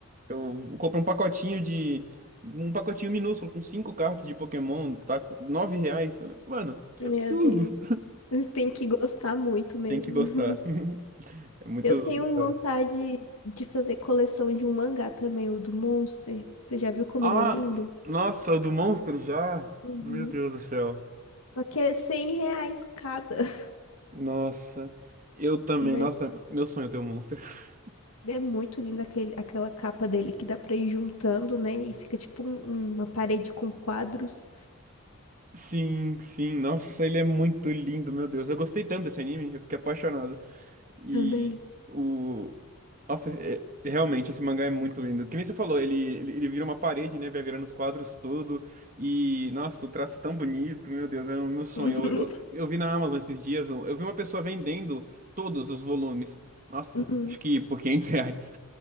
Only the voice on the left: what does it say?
<laughs>
Meu
Deus. Tem que gostar muito mesmo.
<laughs>
Eu tenho
vontade de fazer coleção de um mangá também, o do Monster. Você já viu como
ele é lindo?
Uhum.
Só que é 100 reais cada. <laughs>
Mas
É muito linda aquele, aquela capa dele que dá pra ir juntando, né? E fica tipo um- um, uma parede com quadros
também.
<laughs>
Uhum.